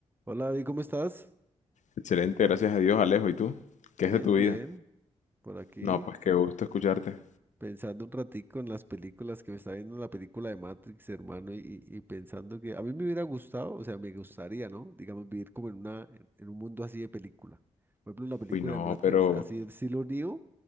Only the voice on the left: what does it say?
Excelente, gracias a Dios, Alejo. ¿Y tú? ¿Qué
es de tu
vida?
No, pues qué gusto escucharte.
Uy, no,
pero